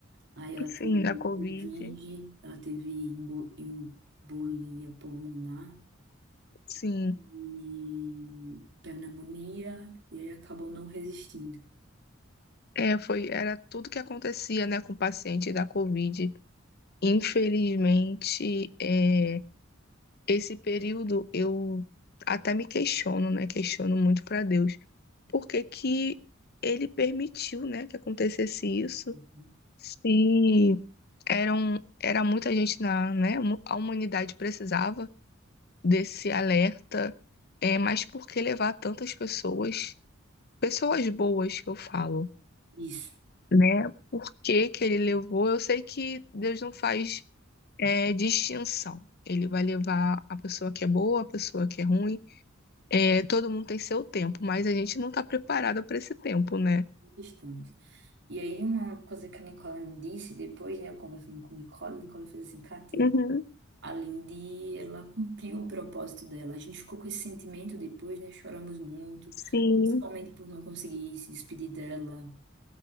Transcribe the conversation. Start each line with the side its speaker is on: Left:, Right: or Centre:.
Right: Aí ela
Left: sim,
Right: teve
Left: da Covid,
Right: Covid, ela teve embo- embolia pulmonar
Left: sim.
Right: e pneumonia, e aí acabou não resistindo.
Left: É, foi, era tudo que acontecia, né, com o paciente da Covid. Infelizmente, é. Esse período eu até me questiono, né? Questiono muito para Deus. Por que que ele permitiu, né, que acontecesse isso?
Right: Uhum.
Left: Se eram era muita gente na, né? A humanidade precisava desse alerta, é, mas por que levar tantas pessoas? Pessoas boas que eu falo,
Right: Isso,
Left: né? Por que que ele levou? Eu sei que Deus não faz é, distinção. Ele vai levar a pessoa que é boa, a pessoa que é ruim, É, todo mundo tem seu tempo, mas a gente não está preparada para esse tempo, né?
Right: estamos. E aí, uma coisa que a Nicole me disse depois, né, eu conversando com a Nicole, a Nicole fez assim, Cati,
Left: Uhum,
Right: a Lindy, ela cumpriu o propósito dela. A gente ficou com esse sentimento depois, né, choramos muito,
Left: sim,
Right: principalmente por não conseguir se despedir dela.